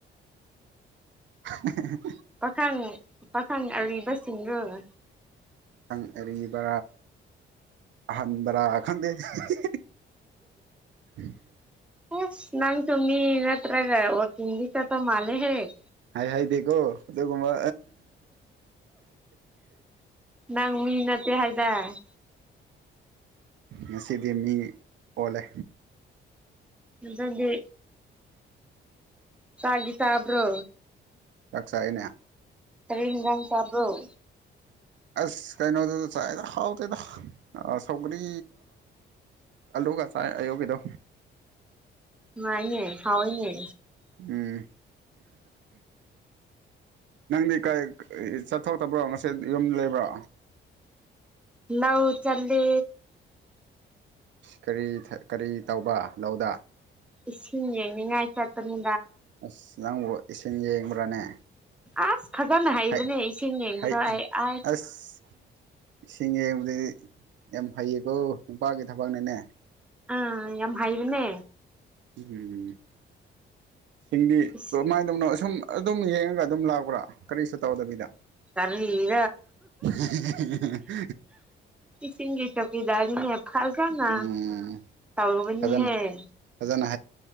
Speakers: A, on the right; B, in the centre.
A: <unintelligible>
B: ꯄꯥꯈꯪ ꯄꯥꯈꯪ ꯑꯔꯤꯕꯁꯤꯡꯗꯨꯔꫭ
A: ꯄꯥꯈꯪ ꯑꯔꯤꯕꯥ ꯑꯍꯔꯤ ꯈꯪꯗꯦ ꯗꯥ ꯎꯝ <unintelligible>
B: ꯑꯁ ꯅꯪꯁꯨ ꯃꯤꯅꯠꯇ꯭ꯔꯒ ꯑꯥꯑꯣꯔꯗ ꯆꯠꯄꯥ ꯃꯥꯂꯩꯍ°
A: ꯍꯥꯏ ꯍꯥꯏꯗꯦꯀꯣ ꯑꯗꯨꯒꯨꯝꯕ
B: ꯅꯪ ꯃꯤ ꯅꯠꯇꯦ ꯍꯥꯏꯗꯥꯅ°?
A: ꯉꯁꯤꯗꯤ ꯃꯤ ꯑꯣꯜꯂꯦ
B: ꯑꯗꯨ ꯗꯤ ꯆꯥꯗꯤ ꯁꯥꯕ꯭ꯔꯣ
A: ꯆꯀꯆꯥꯏꯅꯦ
B: ꯀꯔꯤ ꯏꯪꯖꯡ ꯆꯕꯔꯣ
A: ꯑꯁ ꯀꯩꯅꯣꯗꯨ ꯆꯥꯏꯗ ꯍꯥꯎꯗꯦꯗ ꯁꯧꯒꯔꯤ ꯌꯒꯁꯥꯏ ꯑꯌꯣꯒꯒꯤꯗꯣ
B: ꯉꯥꯏꯅꯦ ꯍꯥꯎꯅꯦ
A: ꯎꯝ ꯅꯪꯗꯤ ꯀꯔꯤ ꯆꯠꯊꯣꯛꯇꯕ꯭ꯔꯣ ꯉꯁꯤ ꯌꯨꯝ ꯂꯩꯕ꯭ꯔꯣ
B: ꯂꯧ ꯆꯠꯂꯦ
A: ꯀꯔꯤ ꯀꯔꯤ ꯇꯧꯕ ꯅꯣꯗ
B: ꯏꯁꯤꯡ ꯌꯦꯡꯅꯤꯡꯉꯥꯏ ꯆꯠꯄꯅꯤ
A: ꯑꯁ ꯅꯪꯕꯨ ꯏꯁꯤꯡ ꯌꯦꯡꯕ꯭ꯔꯥꯅꯦ
B: ꯑꯁ ꯐꯖꯅ ꯍꯩꯕꯅꯦ
A: ꯍꯩ
B: ꯏꯁꯤꯡ ꯌꯦꯡꯕꯗꯣ
A: ꯍꯩ
B: ꯑꯩ ꯑ
A: ꯑꯁ ꯏꯁꯤꯡ ꯌꯦꯡꯕꯗꯤ ꯌꯥꯝ ꯐꯩꯌꯦꯀꯣ ꯅꯨꯄꯥꯒꯤ ꯊꯕꯛꯅꯅꯦ
B: ꯑꯥ ꯌꯥꯝ ꯍꯩꯗꯅꯦ
A: ꯎꯝ ꯁꯤꯡꯗꯤ
B: ꯏꯁ
A: ꯀꯃꯥꯏꯅ ꯇꯧꯅꯣ ꯁꯨꯝ ꯑꯗꯨꯝ ꯌꯦꯡꯉꯒ ꯑꯗꯨꯝ ꯂꯥꯛꯕ꯭ꯔꯥ ꯀꯔꯤꯁꯨ ꯇꯧꯗꯕꯤꯗ
B: ꯀꯔꯤ
A: <inaudible>
B: ꯁꯤꯒꯤ ꯆꯧꯀꯤꯗꯥꯔꯤꯅꯦ ꯐꯥꯜꯒꯥꯅ
A: ꯎꯝ
B: ꯇꯥꯎꯕꯅꯤ
A: ꯐꯖꯅ
B: ꯍꯥꯏ
A: ꯐꯖꯅ